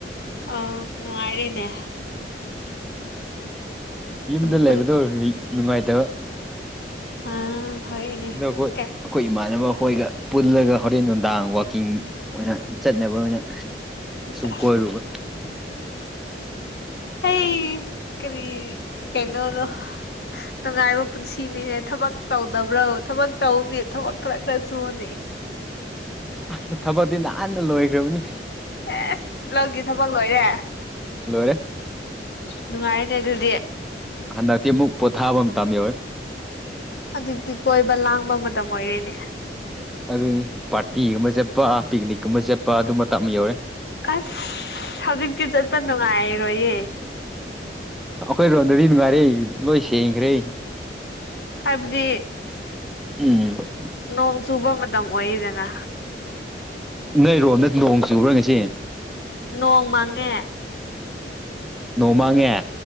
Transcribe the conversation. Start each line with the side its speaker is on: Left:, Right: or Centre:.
Left: ꯑ ꯅꯨꯡꯉꯥꯏꯔꯦꯅꯦ
Centre: ꯎ ꯌꯨꯝꯗ
Left: ꯄꯨꯟ
Centre: ꯂꯩꯕꯗꯣ
Left: ꯄꯨꯟ
Centre: ꯅꯨꯡꯉꯥꯏꯇꯕ
Left: ꯑꯥ ꯍꯣꯏꯅꯦ
Centre: ꯑꯈꯣꯏ
Left: ꯀꯩꯝ
Centre: ꯑꯩꯈꯣꯏ ꯏꯃꯥꯟꯅꯕ ꯑꯩꯈꯣꯏꯒ ꯄꯨꯜꯂꯒ ꯍꯣꯔꯦꯟ ꯅꯨꯡꯗꯥꯡ ꯋꯥꯛꯀꯤꯡ ꯑꯣꯏꯅ ꯆꯠꯅꯕ ꯑꯣꯏꯅ
Left: ꯑꯁ
Centre: ꯁꯨꯝ ꯀꯣꯏꯔꯨꯕ
Left: ꯑꯩ ꯀꯔꯤ ꯀꯩꯅꯣꯗꯣ ꯅꯨꯡꯉꯥꯏꯕ ꯄꯨꯟꯁꯤꯅꯤꯅꯦ ꯊꯕꯛ ꯇꯧꯗꯕ꯭ꯔꯣ ꯊꯕꯛ ꯇꯧꯋꯣꯅꯦ ꯊꯕꯛ ꯈꯔ ꯈꯔ ꯁꯨꯋꯣꯅꯦ
Centre: ꯑꯦ ꯊꯕꯛꯇꯤ ꯅꯥꯍꯥꯟꯅ ꯂꯣꯏꯈ꯭ꯔꯕꯅꯤ
Left: ꯑꯦꯁ ꯂꯧꯒꯤ ꯊꯕꯛ ꯂꯣꯏꯔꯦ
Centre: ꯂꯣꯏꯔꯦ
Left: ꯅꯨꯡꯉꯥꯏꯔꯦꯅꯦ ꯑꯗꯨꯗꯤ
Centre: ꯍꯟꯗꯛꯇꯤꯃꯨꯛ ꯄꯣꯊꯥꯕ ꯇꯝꯃꯤ ꯌꯧꯔꯦ
Left: ꯍꯧꯖꯤꯛꯇꯤ ꯀꯣꯏꯕ ꯂꯥꯡꯕ ꯃꯇꯝ ꯑꯣꯏꯔꯦꯅꯦ
Centre: ꯑꯗꯨꯅꯤ ꯄꯥꯔꯇꯤꯒꯨꯝꯕ ꯆꯠꯄ ꯄꯤꯛꯅꯤꯛꯀꯨꯝꯕ ꯆꯠꯄ ꯑꯗꯨ ꯃꯇꯝ ꯌꯧꯔꯦ
Left: ꯑꯁ ꯍꯧꯖꯤꯛꯇꯤ ꯆꯠꯄ ꯅꯨꯡꯉꯥꯏꯔꯣꯏꯌꯦ
Centre: ꯑꯩꯈꯣꯏꯔꯣꯟꯗꯗꯤ ꯅꯨꯡꯉꯥꯏꯔꯦ ꯂꯣꯏ ꯁꯦꯡꯈ꯭ꯔꯦ
Left: ꯍꯥꯏꯕꯗꯤ
Centre: ꯎꯝ
Left: ꯅꯣꯡ ꯆꯨꯕ ꯃꯇꯝ ꯑꯣꯏꯔꯤꯗꯅ
Centre: ꯅꯣꯏ ꯔꯣꯝꯗ ꯅꯣꯡ ꯆꯨꯨꯕꯔ ꯉꯁꯤ
Left: ꯅꯣꯡ ꯃꯪꯉꯦ
Centre: ꯅꯣꯡꯃꯪꯡꯉꯦ